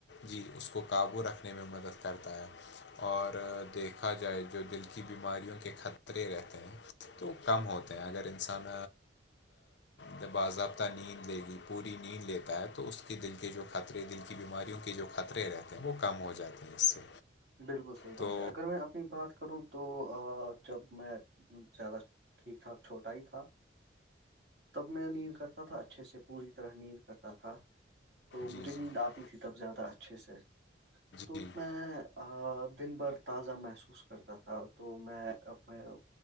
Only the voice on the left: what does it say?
جی اس کو قابو رکھنے میں مدد کرتا ہے اور دیکھا جائے جو دل کی بیماریوں کے خطرے رہتے ہیں تو کم ہوتے ہیں اگر انسان ج باضابطہ نیند لے گی پوری نیند لیتا ہے تو اس کے دل کے جو خطرے دل کی بیماریوں کے جو خطرے رہتے ہیں وہ کم ہو جاتے ہیں اس سے
تو
جی
جی
جی